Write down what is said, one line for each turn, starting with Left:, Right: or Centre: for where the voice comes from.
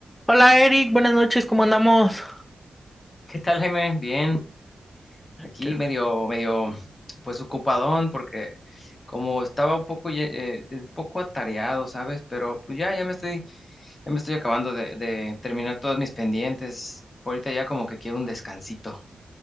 Centre: Hola Eric, buenas noches, ¿cómo andamos?
Left: ¿Qué tal, Jaime? Bien, aquí
Centre: Qué-
Left: medio, medio, pues ocupadón, porque como estaba un poco, lle- eh, un poco atareado, ¿sabes? Pero pues ya, ya me estoy, ya me estoy acabando de, de terminar todos mis pendientes. Por ahorita ya como que quiero un descansito.